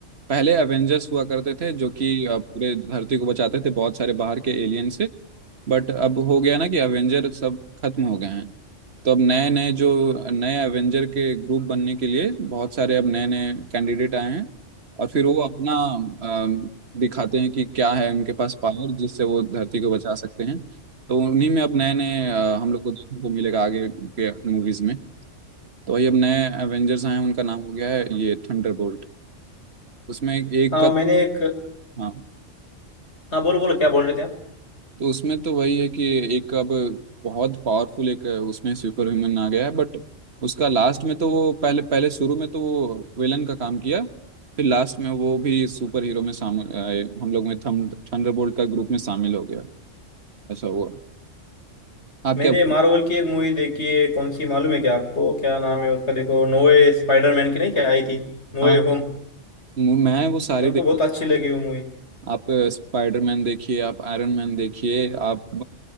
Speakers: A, on the right; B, on the left.
A: पहले एवेंजर्स हुआ करते थे जो कि अ, पूरे धरती को बचाते थे बहुत सारे बाहर के एलियन से बट अब हो गया ना कि एवेंजर सब खत्म हो गए हैं तो अब नए नए जो नए एवेंजर के ग्रुप बनने के लिए बहुत सारे अब नए नए कैंडिडेट आए हैं और फिर वो अपना अम, दिखाते हैं कि क्या है उनके पास पावर जिससे वो धरती को बचा सकते हैं तो उन्हीं में अब नए नए अ, हम लोग को देखने को मिलेगा आगे के मूवीज में तो वही अब नए एवेंजर्स आए हैं उनका नाम हो गया है ये थंडरबोल्ट उसमें एक
B: हाँ
A: का
B: मैंने एक
A: हाँ
B: हाँ बोलो बोलो क्या बोल रहे थे आप
A: तो उसमें तो वही है कि एक अब बहुत पावरफुल एक उसमें सुपर ह्यूमन आ गया है बट उसका लास्ट में तो वो पहले पहले शुरू में तो वो विलन का काम किया फिर लास्ट में वो भी सुपर हीरो में शामिल आए, हम लोग में थम थंडरबोल्ट का ग्रुप में शामिल हो गया ऐसा हुआ आप
B: मैंने
A: क्या
B: मार्वल की एक मूवी देखी है कौन सी मालूम है क्या आपको क्या नाम है उसका देखो नोए स्पाइडरमैन की नहीं क्या आई थी नोए
A: हाँ हाँ,
B: होम
A: मैं वो सारे
B: मेरे
A: देख
B: को बहुत अच्छी लगी वो मूवी
A: आप स्पाइडरमैन देखिए आप आयरन मैन देखिए आप